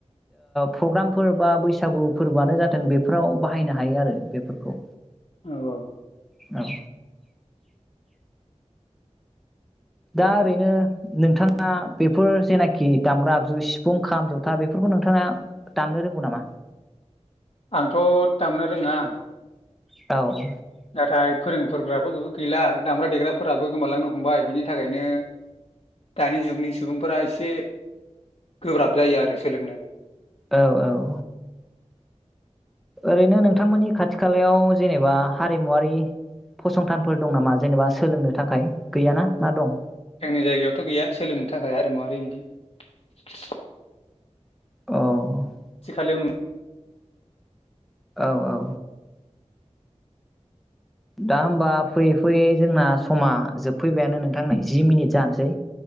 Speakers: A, in the centre; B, on the left.
A: प्रग्रामफोर बा बैसागु फोरबोआनो जाथों फ्राव बाहायनो हायो आरो बेफोरखौ
B: औ
A: औ दा ओरैनो नोंथाङा बेफोर जेनाखि दामग्रा आगजु सिफुं खाम जथा बेफोरखौ नोंथाङा दामनो रोंगौ नामा
B: आंथ' दामनो रोङा
A: औ
B: नाथाय फोरोंफोरग्राबो गैला दामग्रा देग्राफोराबो गोमालांनो हमबाय बिनि थाखायनो दानि जुगनि सुबुंफोरा एसे गोब्राब जायो आरो सोलोंनो
A: औ औ ओरैनो नोंथांमोननि खाथि खालायाव जेनेबा हारिमुवारि फसंथानफोर दं नामा जेनेबा सोलोंनो थाखाय गैयाना ना दं
B: जोंनि जायगायावथ' गैया सोलोंनो थाखाय हारिमुआरि बिदि <inaudible>
A: औ
B: खाथि खालायाव नुयो।
A: औ औ दा होमबा फैयै फैयै जोंना समा जोबफैबायानो नोंथां जि मिनिट जानोसै।